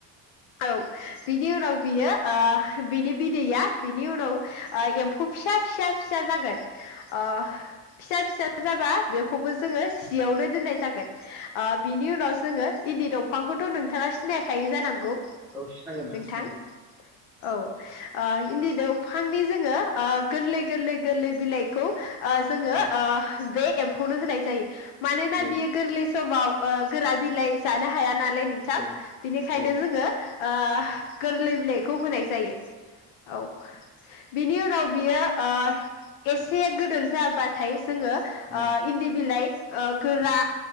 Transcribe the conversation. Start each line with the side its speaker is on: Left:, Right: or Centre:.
Left: औ बिनि उ उनाव बियो ओ बिनि बिदैया बिनि उनाव ओ एम्फौ फिसा फिसा फिसा जागोन अ फिसा फिसा जाबा बेखौबो जोङो सियावनो दोननाय जागोन बिनि उनाव जोङो इन्दि दंफांखौथ नों थाङा सिनायाखै? थायो जानांगौ
Centre: औ सिनायो
Left: नोंथां
Centre: सिनायो
Left: औ ओ इन्दि दं फांनि जोङो ओ‌ गोरलै गोरलै गोरलै बिलाइखौ ओ‌ जोङो
Centre: औ
Left: ओ बे एम्फौनो होनाय जायो मानोना
Centre: औ
Left: बियो गोरलै समाव ओ गोरा बिलाइ जानो हाया ना लाय नोंथां
Centre: औ
Left: बेनिखायनो
Centre: औ
Left: जोङो ओह गोरलै बिलाइखौ होनाय जायो औ बिनि उनाव बियो ओ एसे गोदोर जाबाथाय जोङो
Centre: औ
Left: ओ इन्दि बिलाइ ओ गोरा